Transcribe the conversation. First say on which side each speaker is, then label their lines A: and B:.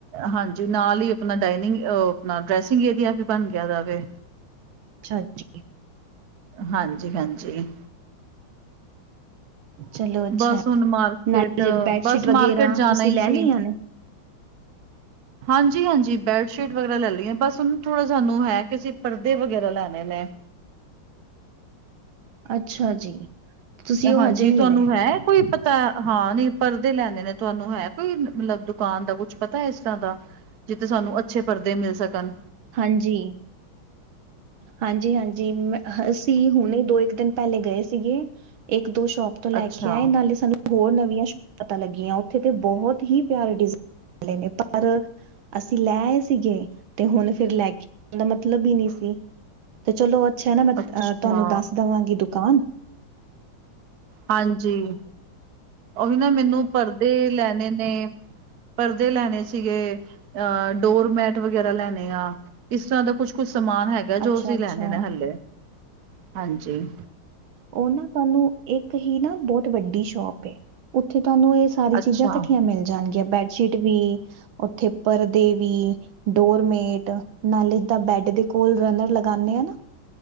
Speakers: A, on the right (about 55°); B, on the right (about 75°).
A: ਹਾਂਜੀ, ਨਾਲ ਹੀ ਆਪਣਾ ਡਾਇਨਿੰਗ ਓ ਆਪਣਾ ਡਰੈਸਿੰਗ ਏਰੀਆ ਵੀ ਬਣ ਗਿਆ ਦਾਵੇ।
B: ਅੱਛਾਜੀ।
A: ਹਾਂਜੀ-ਹਾਂਜੀ।
B: ਚਲੋ ਅੱਛਾ
A: ਬਸ ਹੁਣ ਮਾਰਕੀਟ
B: ਨਾਲੇ ਬੈਡਸ਼ੀਟ
A: ਬਸ
B: ਵਗੈਰਾ
A: ਮਾਰਕੀਟ ਜਾਂਨਾ
B: ਤੁਸੀਂ
A: ਈਂ
B: ਲੈ
A: ਸੀ।
B: ਲਈਆਂ ਨੇ?
A: <inaudible> ਹਾਂਜੀ-ਹਾਂਜੀ, ਬੈਡਸ਼ੀਟ ਵਗੈਰਾ ਲੈ ਲਈਆਂ, ਬਸ ਹੁਨ ਥੋੜ੍ਹਾ ਸਾਨੂੰ ਹੈ ਕਿ ਅਸੀਂ ਪਰਦੇ ਵਗੈਰਾ ਲੈਣੇ ਨੇ।
B: ਅੱਛਾ ਜੀ। ਤੁਸੀਂ ਉਹ
A: ਹਾਂਜੀ,
B: ਹਜੇ ਨਹੀਂ
A: ਤੁਹਾਨੂੰ
B: ਲਏ।
A: ਹੈ। ਕੋਈ ਪਤਾ ਏ, ਨੀ ਪਰਦੇ ਲੈਂਨੇ ਨੇ ਤੁਹਾਨੂੰ ਹੈ ਕੋਈ ਮਤਲਬ ਦੁਕਾਨ ਦਾ ਕੁਛ ਪਤਾ ਇਸ ਤਰ੍ਹਾਂ ਦਾ। ਜਿੱਤੇ ਸਾਨੂੰ ਅੱਛੇ ਪਰਦੇ ਮਿਲ ਸਕਣ।
B: ਹਾਂਜੀ। ਹਾਂਜੀ-ਹਾਂਜੀ, ਮ ਅਸੀਂ ਹੁਣੇ ਦੋ-ਇੱਕ ਦਿਨ ਪਹਿਲੇ ਗਏ ਸੀਗੇ। ਇੱਕ-ਦੋ ਸ਼ੋਪ ਤੋਂ ਲੈ
A: ਅੱਛਾ,
B: ਕੇ ਆਏ ਨਾਲੇ ਸਾਨੂੰ ਹੋਰ ਨਵੀਆਂ ਸ਼ੋਪ ਲੱਗੀਆਂ ਉੱਥੇ ਤੇ ਬਹੁਤ ਹੀ ਪਿਆਰੇ ਡਿਜਾਇਨ ਮਿਲੇ ਨੇ ਪਰ ਅਸੀਂ ਲੈ ਆਏ ਸੀਗੇ ਤੇ ਹੁਣ ਫਿਰ ਲੈ ਕੇ ਆਉਣ ਦਾ ਮਤਲਬ ਹੀ ਨਹੀਂ ਸੀ। ਤੇ ਚਲੋ ਅੱਛਾ ਹੈਨਾ ਮੈਂ
A: ਅੱਛਾ
B: ਆ ਤੁਹਾਨੂੰ ਦੱਸ ਦੇਵਾਂਗੀ ਦੁਕਾਨ।
A: ਹਾਂਜੀ, ਉਵੀ ਨਾ ਮੈਨੂੰ ਪਰਦੇ ਲੈਣੇ ਨੇ। ਪਰਦੇ ਲੈਣੇ ਸੀਗੇ। ਅ ਡੋਰਮੈਟ ਵਗੈਰਾ ਲੈਨੇਆ, ਇਸ ਤਰਾਂ ਦਾ ਕੁਛ-ਕੁੱਛ ਸਮਾਨ ਹੈ ਗਾ
B: ਅੱਛਾ-ਅੱਛਾ।
A: ਜੋ ਅਸੀਂ ਲੈਨੇ ਨੇ ਹੱਲੇੇ, ਹਾਂਜੀ।
B: ਓ ਨਾ ਧਾਨੂੰ ਇੱਕ ਹੀ ਨਾ ਬੌਤ ਵੱਡੀ ਸ਼ੋਪ ਏ, ਓਥੇ ਧਾਨੂੰ ਏ ਸਾਰੀਆਂ
A: ਅੱਛਾ
B: ਚੀਜ਼ਾਂ ਕੱਠੀਆਂ ਮਿਲ ਜਾਣਗੀਆ ਬੈਡਸ਼ੀਟ ਵੀ, ਓਥੇ ਪਰਦੇ ਵੀ, ਡੋਰਮੇਟ ਨਾਲੇ ਏਦਾ ਬੈਡ ਦੇ ਕੋਲ ਰਨਰ ਲਗਾਂਨੇ ਆਂ ਨਾ।